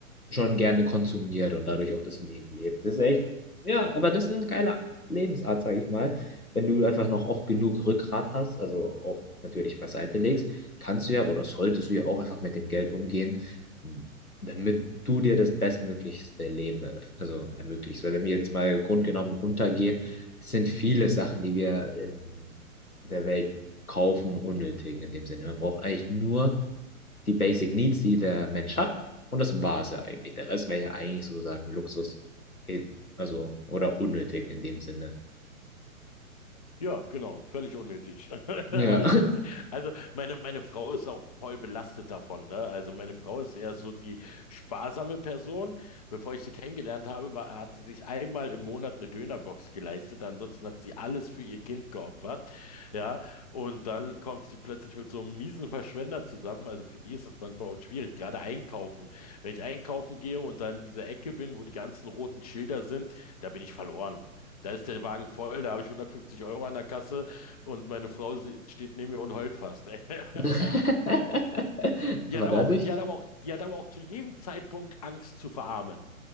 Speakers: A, on the left (about 85°); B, on the left (about 30°).
A: schon gerne konsumiert und dadurch auch das Leben lebt. Das ist echt, ja, aber das ist ein geiler Lebensart, sag ich mal. Wenn du einfach noch auch genug Rückgrat hast, also auch natürlich beiseite legst, kannst du ja oder solltest du ja auch einfach mit dem Geld umgehen, damit du dir das bestmöglichste Leben erf- also ermöglichst. Weil wenn wir jetzt mal grundgenommen runtergehen, sind viele Sachen, die wir in der Welt kaufen, unnötig in dem Sinne. Man braucht eigentlich nur die Basic Needs, die der Mensch hat. Und das war es ja eigentlich. Der Rest wäre ja eigentlich sozusagen Luxus. eh, Also, oder unnötig in dem Sinne.
B: Ja, genau, völlig unnötig. <laughs>
A: Ja.
B: Alles, was ich, also meine, meine Frau ist auch voll belastet davon, ne? Also meine Frau ist eher so die sparsame Person. Bevor ich sie kennengelernt habe, war, hat sie sich einmal im Monat eine Dönerbox geleistet. Ansonsten hat sie alles für ihr Kind geopfert. Ja, und dann kommt sie plötzlich mit so einem miesen Verschwender zusammen. Also für die ist das manchmal auch schwierig, gerade einkaufen. Wenn ich einkaufen gehe und dann in dieser Ecke bin, wo die ganzen roten Schilder sind, da bin ich verloren. Da ist der Wagen voll, da habe ich 150 Euro an der Kasse und meine Frau sie- steht neben mir und heult fast.
A: <laughs>
B: <laughs> Die
A: Aber
B: hat aber
A: dadurch,
B: auch, die hat aber auch, die hat aber auch zu jedem Zeitpunkt Angst zu verarmen.